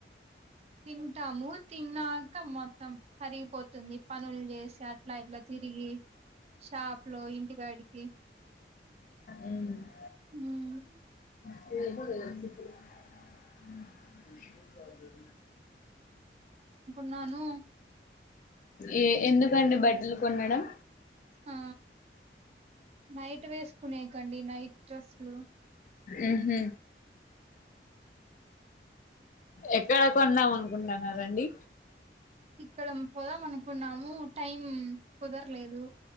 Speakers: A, on the right (about 35°); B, on the left (about 45°).
A: తింటాము తిన్నాక మొత్తం కరిగిపోతుంది పనులు చేసి అట్లా ఇట్లా తిరిగి షాప్ లో ఇంటికాడికి
B: ఉమ్
A: హ్మ్
B: ఏ
A: నను
B: ఏ ఎందుకండి బట్టలు కొనడం
A: ఆ నైట్ వేసుకునే కండి నైట్ డ్రెస్సులు
B: ఉహు ఎక్కడ కొందాం అనుకుంటున్నరండి
A: ఇక్కడ పోదామనుకున్నాము టైం కుదరలేదు